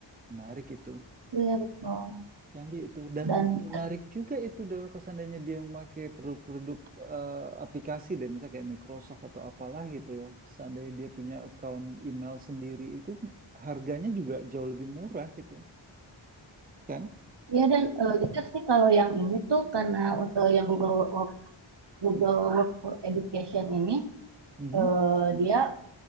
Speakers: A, on the right; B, on the right.
A: Menarik itu.
B: Iya betul.
A: Canggih itu dan
B: Dan
A: menarik juga itu Del kalau seandainya dia memakai produk-produk eh, aplikasi deh misalnya kayak Microsoft atau apalah gitu loh. Seandainya dia punya account email sendiri itu harganya juga jauh lebih murah itu, ya kan?
B: Ya dan eh, jujur sih kalau yang ini tuh karena untuk yang Google Work, Google Work for Education ini
A: Mhm.
B: eh, dia